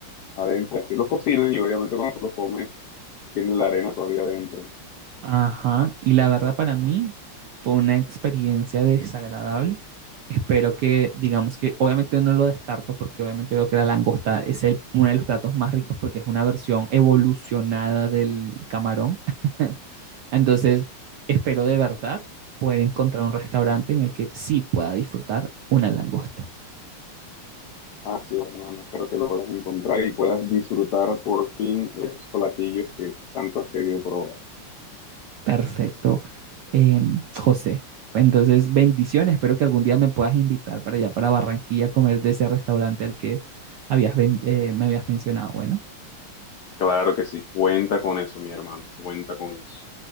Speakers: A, on the left (about 70°); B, on the right (about 75°).
A: adentro. Así los cocinan y obviamente cuando los comes, tienen la arena todavía adentro.
B: Ajá, y la verdad para mí fue una experiencia desagradable. Espero que, digamos que, obviamente no lo descarto porque obviamente veo que la langosta es el, uno de los platos más ricos porque es una versión evolucionada del camarón. <laughs> Entonces, espero de verdad poder encontrar un restaurante en el que sí pueda disfrutar una langosta.
A: Así es, hermano. Espero que lo puedas encontrar y puedas disfrutar por fin esos platillos que tanto has querido probar.
B: Perfecto, eh, José. Entonces, bendiciones. Espero que algún día me puedas invitar para allá, para Barranquilla, a comer de ese restaurante al que habías, ven- eh, me habías mencionado. Bueno.
A: Claro que sí, cuenta con eso, mi hermano, cuenta con eso.